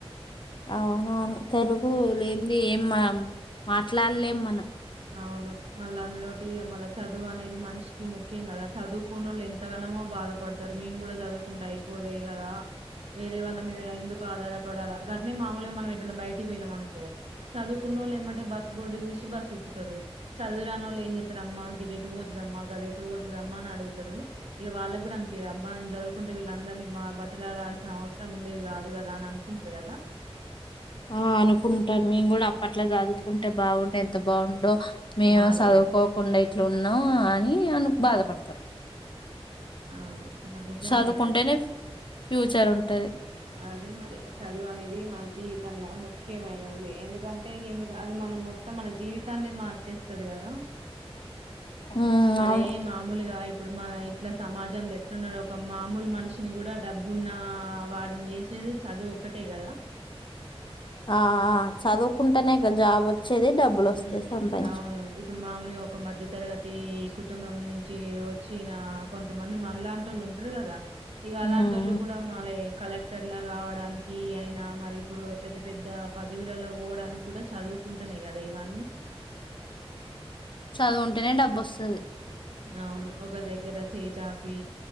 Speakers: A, on the left; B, on the right.
A: అవును అను తెలుగు లేనిది ఏం మనం మాట్లాడలేం మనం
B: అవును మళ్ళా అందులోటి మళ్ళా చదువు అనేది మనిషికి ముఖ్యం కదా చదువుకున్నోళ్ళు ఎంతగానమో బాధపడతారు మేము కూడా చదువుకుంటూ అయిపోతయి కదా వేరే వాళ్ళ మీద ఎందుకు ఆధారపడాల గట్నే మామూలుగా మనం బయటకి పోయినాం అనుకో చదువుకున్నోళ్ళు ఏమ్మటే బస్సు బోర్డు చూసి బస్సె కుతరు చదువురానోళు ఏం చేత్తారు అమ్మా గది ఎటు పోతుదమ్మా గదెటు పోతుదమ్మా అని అడుగుతారు ఇగ వాళ్ళకి కూడా అనిపియ్యది అబ్బా నేను చదువుకుంటే వీళ్ళందరినీ బా బతిలాడాల్సిన అవసరం ఉండేది కాదు కదా అని అనుకుంటారు కదా
A: ఆ అనుకుంటారు మేం కూడా అప్పట్లో కాదు ఉంటే బావుండే ఎంత బావుండో మేము
B: మారే
A: చదువుకోకుండా ఇట్లున్ న్నూ అని అనుకు బాధపడతారు
B: అవును మరి నిజంగానే
A: చదువుకుంటేనే
B: కదా
A: ఫ్యూచరున్ టది
B: అదే మరి చదువు అనేది మన జీవితంల ము ఖ్యమైనది ఎందుకంటే గి ఎందు రాదు మనం మొత్తం మన జీవితాన్నే మార్చేస్తది కదా
A: ఉమ్
B: మరే
A: అవును
B: మామూలుగా ఇప్ ఇప్పుడు మన ఇట్లా సమాజంలో ఎట్లున్నారు ఒకమ్మా మామూలు మనిషిని కూడా డబ్బు ఉన్న వాన్ న్ని చేసేది చదువు ఒక్కటే కదా
A: ఆ అ చదువుకుంటేనే కదా జాబ్ వచ్చేది డబ్బులు వస్తాయి
B: ఉ
A: సంపాదించు
B: అవును ఇప్పుడు మామూలుగా ఒక మధ్య తరగతి కుటుంబం నుంచి వచ్చిన కొంతమంది మనలాంటోళ్లు ఉంటారు కదా ఈగ అలాంటోళ్ళు
A: ఉమ్
B: కూడా మాలే కలెక్టర్ లా కావడానికి అయినా మరి ఇప్పుడు పెద్ద పెద్ద పదవులల్ల పోవడానికి కూడా చదువుకుంటునే కదా దా యివన్ని
A: చదువు ఉంటేనే డబ్బు వస్తది
B: అవును ఒక దగ్గర చేచాపి